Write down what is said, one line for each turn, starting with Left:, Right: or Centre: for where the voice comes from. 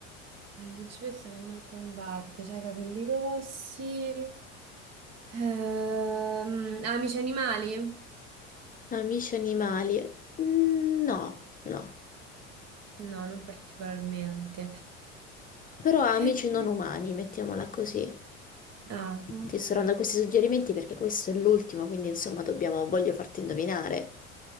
Right: È la principessa che non combatte, cioè i capelli rossi. Ehm, amici animali?
Left: Amici animali? Mm, No, no,
Right: No, non particolarmente.
Left: però ha
Right: <laughs>
Left: amici
Right: Eh,
Left: non umani, mettiamola così.
Right: Ah, ok.
Left: Ti sto dando questi suggerimenti perché questo è l'ultimo, quindi insomma dobbiamo, voglio farti indovinare.